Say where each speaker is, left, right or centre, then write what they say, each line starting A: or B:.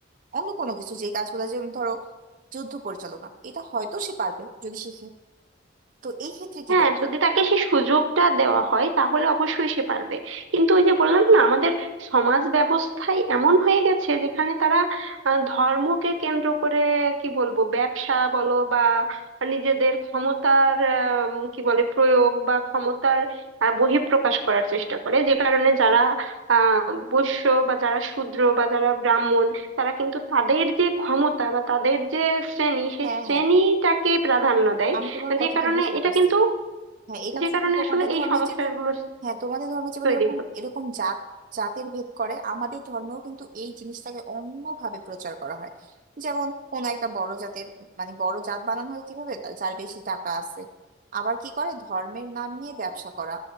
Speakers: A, on the right; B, on the right.
A: অন্য কোনো কিছু যে কাজগুলো যেমন ধরো যুদ্ধ পরিচালনা এটা হয়তো সে পারবে যদি শিখে তো এই ক্ষেত্রে কি
B: হ্যাঁ
A: বলা
B: যদি
A: হয়
B: তাকে সেই সুযোগটা দেওয়া হয় তাহলে অবশ্যই সে পারবে কিন্তু ওই যে বললাম না আমাদের সমাজ ব্যবস্থায় এমন হয়ে গেছে যেখানে তারা আহ, ধর্মকে কেন্দ্র করে কি বলবো ব্যবসা বলো বা নিজেদের ক্ষমতার আম, কি বলে প্রয়োগ বা ক্ষমতার আহ, বহিঃপ্রকাশ করার চেষ্টা করে যে কারণে যারা আহ বৈশ্য বা যারা শূদ্র বা যারা ব্রাহ্মণ তারা কিন্তু তাদের যে ক্ষমতা বা তাদের যে শ্রেণী সেই
A: হ্যাঁ
B: শ্রেণীটাকে
A: হ্যাঁ
B: প্রাধান্য দেয়
A: আমি তোমার কথাটা
B: যে কারণে
A: বুঝতে
B: এটা
A: পারছি
B: কিন্তু
A: হ্যাঁ এটা
B: যে
A: শুধু
B: কারণে
A: তোমাদের
B: আসলে এই
A: ধর্মে
B: সমস্যাগুলো
A: যেমন হ্যাঁ তোমাদের ধর্মে যেমন
B: তৈরি
A: এরকম
B: হচ্ছে
A: এরকম জাত জাতের ভেদ করে আমাদের ধর্মেও কিন্তু এই জিনিসটাকে অন্যভাবে প্রচার করা হয় যেমন কোন একটা বড় জাতের মানে বড় জাত বানানো হয় কিভাবে তা- যার বেশি টাকা আছে আবার কি করে ধর্মের নাম নিয়ে ব্যবসা করা